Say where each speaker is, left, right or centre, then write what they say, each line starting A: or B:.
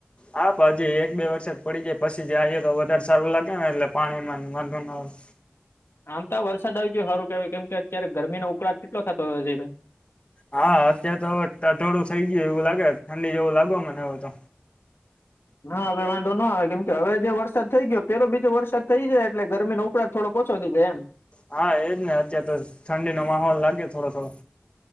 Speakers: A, on the left; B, on the left.
A: હા ભાઈજી વરસાદ પડી જાય પછી જાય તો વધારે સારું લાગે ને એટલે પાણીમાં વાંધો ના આવે
B: આમ તો વરસાદ આવી ગયો સારું કેવાય કેમ કે અત્યારે ગરમીનો ઉકળાટ કેટલો થતો હતો જય ભાઈ
A: હા અત્યારે તો થોડું થઈ ગયું એવું લાગે ઠંડી જેવું લાગે મને હવે તો
B: હા હવે વાંધો ન આવે કેમ કે હવે જે વરસાદ થઈ ગયો પેલો બીજો વરસાદ થઈ જાય એટલે ગરમીનો ઉકળાટ થોડો ઓછો <inaudible> એમ
A: હા એજ ને અત્યારે તો ઠંડીનો માહોલ લાગે થોડો થોડો